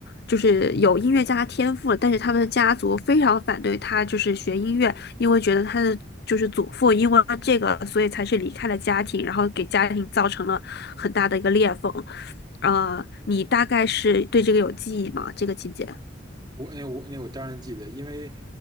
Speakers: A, on the left (about 55°); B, on the right (about 25°).
A: 就是有音乐家天赋，但是他们的家族非常反对他就是学音乐，因为觉得他的就是祖父因为这个所以才是离开了家庭，然后给家庭造成了很大的一个裂缝。呃，你大概是对这个有记忆吗？这个情节？
B: 我那我那我当然记得，因为，